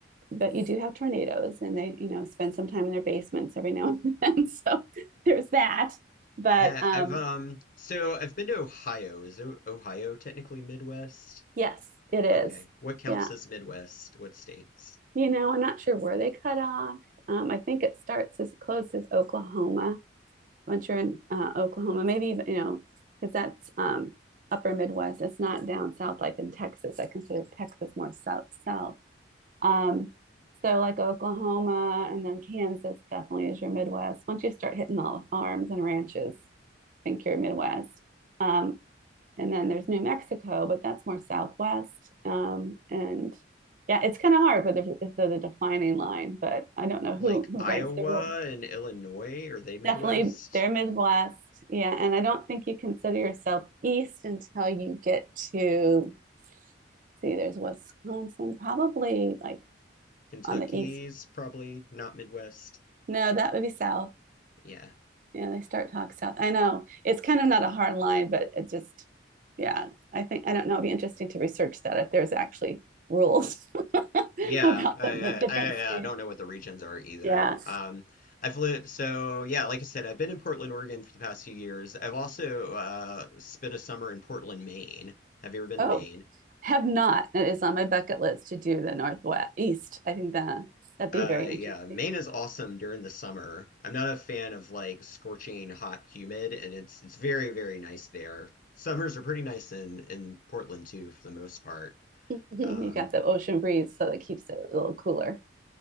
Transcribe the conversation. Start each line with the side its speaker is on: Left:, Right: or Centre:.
Right: but you do have tornadoes and they you know spend some time in their basements every now and then <laughs> so there's that but
Left: I've
Right: um
Left: um, so I've been to Ohio. Is O- Ohio technically Midwest?
Right: yes it is
Left: Okay, what counts
Right: yeah
Left: as Midwest? What states?
Right: you know i'm not sure where they cut off um, i think it starts as close as oklahoma once you're in uh, oklahoma maybe even you know because that's um upper midwest it's not down south like in texas i consider texas more south south Um, so like Oklahoma and then Kansas definitely is your Midwest. Once you start hitting all the farms and ranches, I think you're Midwest. Um, and then there's New Mexico, but that's more Southwest. Um, and yeah, it's kind of hard, but there's, it's the, the defining line. But I don't know who
Left: like
Right: who
Left: Iowa
Right: writes the rule.
Left: and Illinois, are they Midwest?
Right: Definitely, they're Midwest. Yeah, and I don't think you consider yourself East until you get to see. There's Wisconsin, probably like
Left: Kentucky's
Right: on the East.
Left: probably not Midwest.
Right: No, that would be South.
Left: Yeah.
Right: Yeah, they start talk south. I know. It's kind of not a hard line, but it just, yeah, I think, I don't know. It'd be interesting to research that if there's actually rules <laughs>
Left: Yeah,
Right: about
Left: I,
Right: the, the different
Left: I
Right: states.
Left: I I don't know what the regions are either.
Right: Yeah.
Left: Um, I've lived so yeah, like I said, I've been in Portland, Oregon for the past few years. I've also uh spent a summer in Portland, Maine. Have you ever been
Right: Oh,
Left: to Maine?
Right: have not. It is on my bucket list to do the Northwest East. I think that that'd be
Left: Uh,
Right: very interesting.
Left: yeah, Maine is awesome during the summer. I'm not a fan of like scorching hot humid, and it's it's very, very nice there. Summers are pretty nice in in Portland too, for the most part.
Right: <laughs> You
Left: Um,
Right: got the ocean breeze, so it keeps it a little cooler.